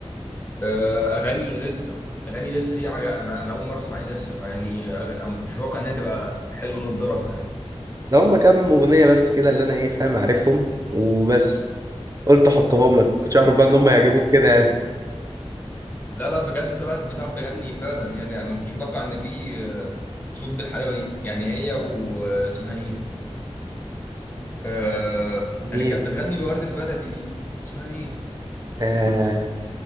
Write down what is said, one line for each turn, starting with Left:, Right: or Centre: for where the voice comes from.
Left: آه، اغاني اليسا اغاني اليسا دي عج... انا انا اول مره اسمع اليسا فيعني أغ- انا ما كنتش متوقع انها تبقى حلوه للدرجه يعني
Right: ده هم كام اغنيه بس كده اللي انا ايه فاهم عارفهم وبس قلت احطهم لك كنتش اعرف
Left: <laughs>
Right: بقى ان هم يعجبوك كده يعني
Left: لا لا بجد طلعت بتعرف تغني فعلا يعني انا ما كنتش متوقع ان في آه، صوت بالحلاوه دي يعني هي واسمها ايه آه
Right: مين
Left: اللي كانت بتغني الورد البلدي دي اسمها ايه
Right: <laughs> آه